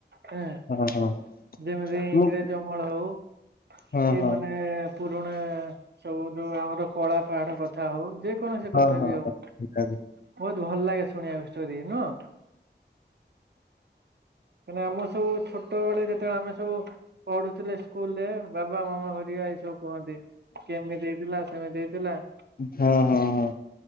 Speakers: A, on the right (about 65°); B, on the left (about 55°).
A: ହେଁ
B: ହଁ ହଁ
A: ଯେମିତି
B: ମୁଁ
A: ଇଂରେଜ ଅମଳ ହଉ।
B: ହଁ
A: କି
B: ହଁ
A: ମାନେ ପୁରୁଣା ସବୁ ଯୋଉ ଆମର କଳା ପାହାଡ଼ ପ କଥା ହଉ ଯେ କୌଣସି
B: ହଁ
A: କଥା
B: ହଁ
A: ବି ହଉ ବୋହୁତ
B: ହଁ।
A: ଭଲ ଲାଗେ ଶୁଣିବାକୁ ଷ୍ଟୋରି ନୁହଁ? କାଇଁକି ନା ଆମ ସବୁ ଛୋଟବେଳେ ଯେତେ ଆମେ ସବୁ ପଢ଼ୁଥିଲେ ସ୍କୁଲ ରେ ବାବା ମାମା ହେରିଆ ଏଇ ସବୁ କୁହନ୍ତି କେମିତି ହେଇଥିଲା ସେମିତି ହେଇଥିଲା।
B: ହଁ ହଁ ହଁ